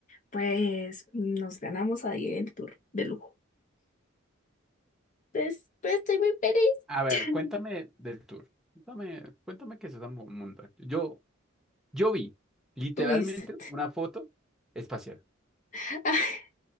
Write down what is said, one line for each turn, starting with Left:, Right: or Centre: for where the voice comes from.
Left: Pues nos ganamos ahí el tour de lujo. Pues, pues estoy muy feliz.
Centre: A ver, cuéntame del tour. Cuéntame, cuéntame qué es esa mu- montaña. Yo, yo vi literalmente
Left: <laughs> Tuviste.
Centre: una foto espacial
Left: <laughs>